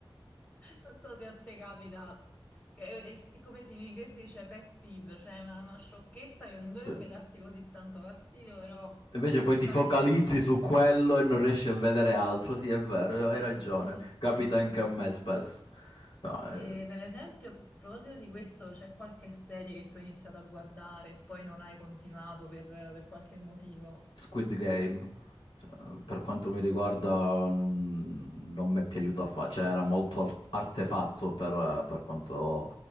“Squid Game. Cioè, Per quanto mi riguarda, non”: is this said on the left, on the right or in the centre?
Left